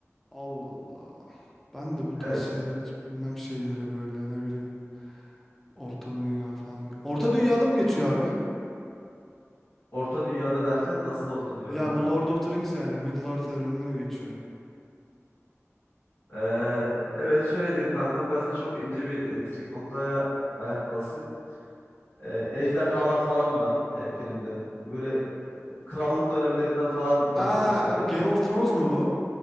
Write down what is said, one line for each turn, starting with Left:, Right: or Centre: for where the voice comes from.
Centre: Allah Allah. Ben de bu
Left: Evet.
Centre: tarz şeyleri hiç bilmem şeyleri böyle ne bileyim. Orta Dünya falan. Orta Dünya'da mı geçiyor
Left: Tamam.
Centre: abi?
Left: Orta dünyada derken nasıl orta dünya
Centre: Ya
Left: kankam?
Centre: bu Lord of the Rings yani. Middle Earth evreninde mi geçiyor?
Left: E, evet şöyle diyeyim kankam ben sana çok ince bir e, trik noktaya ayak basayım. E, ejderhalar falan var e, filmde. Böyle krallık dönemlerinden falan ben sana
Centre: Aa
Left: söyleyeyim.
Centre: abi Game of Thrones mu bu?